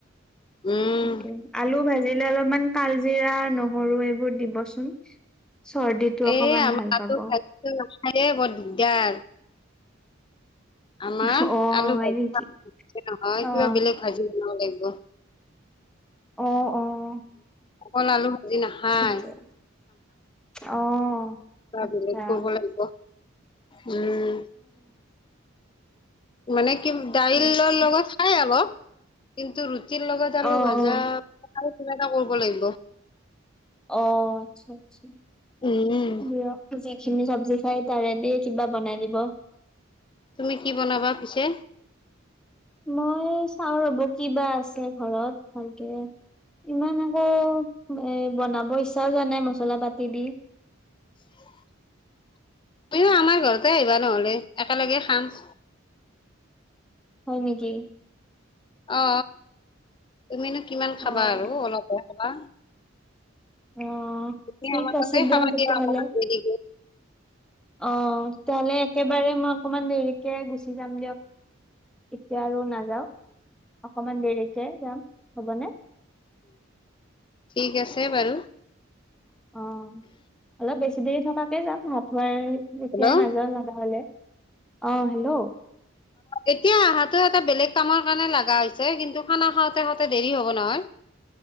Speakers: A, on the left; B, in the centre.
A: উম
B: তাকে আলু ভাজিলে অলপমান কাল। কালজিৰা নহৰু এইবোৰ দিবচোন চৰ্দিটো
A: এ
B: অকমান
A: আমাৰ
B: ভাল পাব।
A: <inaudible> বৰ দিগদাৰ। আমাৰ
B: অ
A: আলু
B: হয়
A: ভাজি
B: নেকি?
A: নহয়
B: অ',
A: কিবা বেলেগ ভাজি। ন' লাগিব।
B: অ' অ'
A: অকল আলু ভাজি নাখায়।
B: ঠিকে।
A: <inaudible>
B: অ',
A: কিবা
B: আচ্ছা
A: বেলেগ কৰিব লাগিব। উম। মানে কি দাইলৰ
B: ঠিকে আছে।
A: লগত খাই আকৌ, কিন্তু ৰুটি ৰুটিৰ লগত
B: অ',
A: আলু
B: অ',
A: ভজা কিবা এটা কৰিব লাগিব।
B: অ' আচ্ছা -আচ্ছা
A: উম
B: দিয়ক যি খিনি চবজি। চাই তাৰেদি কিবা বনাই দিব।
A: তুমি কি বনাবা পিছে?
B: মই চাও ৰ'ব কিবা আছে ঘৰত ভালকে। ইমান আকৌ এ বনাব ইচ্ছাও যোৱা নাই মছলা পাতি দি।
A: তুমিও আমাৰ ঘৰতে আহিবা নহ'লে একেলগে খাম
B: হয় নেকি?
A: অ তুমিনো কিমান
B: অ'।
A: খাবা আৰু অলপে খাবা
B: অ
A: তুমি
B: ঠিক
A: আমাৰ তাতে
B: আছে দে
A: খাবা
B: তেতিয়াহলে
A: দিয়া অকমান দেৰিকৈ
B: অ তেতিাহলে একেবাৰে মই অকমান দেৰিকে গুচি যাম দিয়ক এতিয়া আৰু নাযাও অকমান দেৰিকে যাম হ'বনে
A: ঠিক আছে বাৰু
B: অ অলপ বেছি দেৰি থকাকে যাম মথুৱা এতিয়াই
A: হেল্ল'
B: নাযাওঁ লগা হলে অ', হেল্ল'।
A: এতিয়া অহাতো এটা বেলেগ কামৰ কাৰণে লগা হৈছে কিন্তু খানা খাওঁতে খাওঁতে দেৰি হ'ব নহয়